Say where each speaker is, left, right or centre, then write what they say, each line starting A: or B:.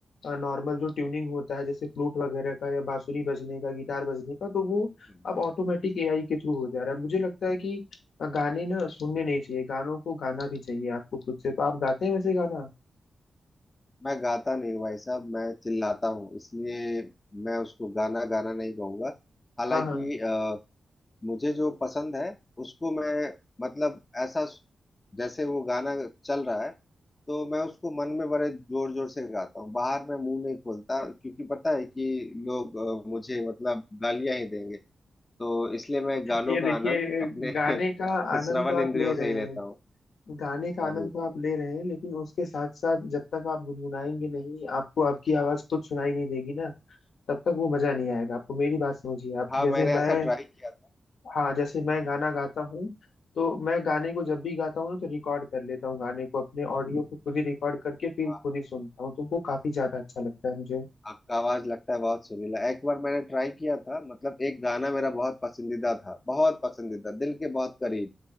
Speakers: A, on the left; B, on the left.
A: नॉर्मल जो ट्यूनिंग होता है जैसे फ्लूट वगैरह का या बांसुरी बजने का गिटार बजने का तो वो
B: बिल्कुल, बिल्कुल।
A: अब ऑटोमेटिक एआई के थ्रू हो जा रहा है मुझे लगता है कि गाने ना सुनने नहीं चाहिए गानों को गाना भी चाहिए आपको खुद से तो आप गाते हैं वैसे गाना
B: मैं गाता नहीं हूँ भाई साहब मैं चिल्लाता हूँ इसलिए मैं उसको गाना गाना नहीं कहूँगा हालांकि
A: हाँ हाँ
B: अ, मुझे जो पसंद है उसको मैं मतलब ऐसा जैसे वो गाना चल रहा है तो मैं उसको मन में बड़े जोर जोर से गाता हूँ बाहर मैं मुंह नहीं खोलता क्योंकि पता है कि लोग अ, मुझे मतलब गालियां ही देंगे तो इसलिए मैं गानों
A: ये
B: का
A: देखिए
B: आनंद अपने <laughs>
A: गाने का आनंद
B: श्रवण
A: तो आप
B: इंद्रियों
A: ले रहे
B: से ही लेता
A: हैं
B: हूँ
A: गाने का
B: हाँ
A: आनंद
B: जी
A: तो आप ले रहे हैं लेकिन उसके साथ साथ जब तक आप गुनगुनाएंगे नहीं आपको आपकी आवाज खुद सुनाई नहीं देगी ना तब तक वो मजा नहीं आएगा आपको मेरी बात समझिए आप
B: हाँ
A: जैसे
B: मैंने
A: मैं
B: ऐसा ट्राई किया था
A: हाँ जैसे मैं गाना गाता हूँ तो मैं गाने को जब भी गाता हूँ ना तो रिकॉर्ड कर लेता हूँ गाने को अपने ऑडियो को खुद ही रिकॉर्ड करके फिर
B: वाह,
A: खुद ही सुनता हूँ तो वो काफी ज्यादा अच्छा लगता है मुझे
B: आपका आवाज लगता है बहुत सुरीला एक बार मैंने ट्राई किया था मतलब एक गाना मेरा बहुत पसंदीदा था बहुत पसंदीदा दिल के बहुत करीब